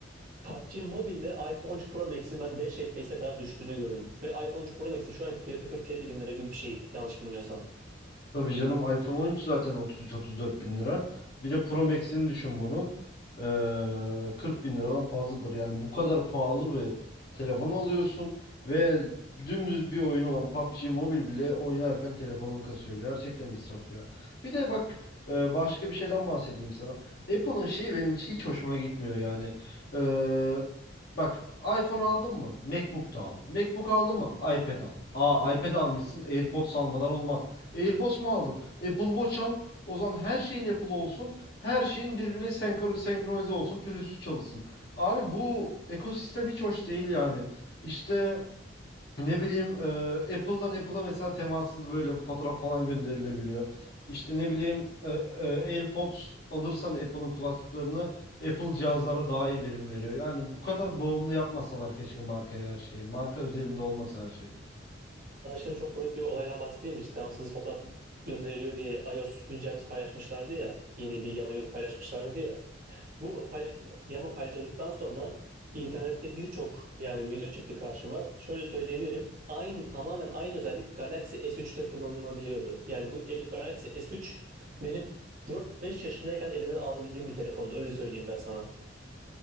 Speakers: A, on the right (about 45°); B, on the left (about 55°).
A: PUBG Mobile'de iPhone 13 Pro Max'in ben 5 FPS'e kadar düştüğünü gördüm. Ve iPhone 13 Pro Max'in şu anki fiyatı 40-50 bin lira gibi bir şey yanlış bilmiyorsam.
B: Tabii canım iPhone 13 zaten 33-34 bin lira. Bir de Pro Max'ini düşün bunun. Ee, 40 bin liradan fazladır. Yani bu kadar pahalı bir telefon alıyorsun ve dümdüz bir oyun olan PUBG Mobile bile oynarken telefonun kasıyor. Gerçekten israf ya. Bir de bak e, başka bir şeyden bahsedeyim sana. Apple'ın şeyi benim hiç hoşuma gitmiyor yani. Ee, bak iPhone aldın mı? MacBook da al. MacBook aldın mı? iPad al. Aa iPad almışsın. AirPods almadan olmaz. AirPods mu aldın? Apple Watch al. O zaman her şeyin Apple olsun. Her şeyin birbirine senkro- senkronize olsun. Pürüzsüz çalışsın. Abi bu ekosistem hiç hoş değil yani. İşte ne bileyim e, Apple'dan Apple'a mesela temassız böyle fotoğraf falan gönderilebiliyor. İşte ne bileyim e, e, AirPods alırsan Apple'ın kulaklıklarını Apple cihazlara daha iyi verim veriyor. Yani bu kadar bağımlı yapmasalar keşke markaya her şeyi. Marka özelinde olmasa her şey.
A: Ben şimdi çok komik bir olaydan bahsedeyim mi? İşte Tamamsız fotoğraf gönderiliyor diye iOS güncellemesi paylaşmışlardı ya. Yeni bir yamayı paylaşmışlardı ya. Bu pay- yama paylaşıldıktan sonra internette birçok yani video çıktı karşıma. Şöyle söyleyebilirim. Aynı tamamen aynı özellik Galaxy S3'te kullanılabiliyordu. Yani bu el- Galaxy S3 benim 4-5 yaşındayken elime alabildiğim bir telefondu. Öyle söyleyeyim ben sana.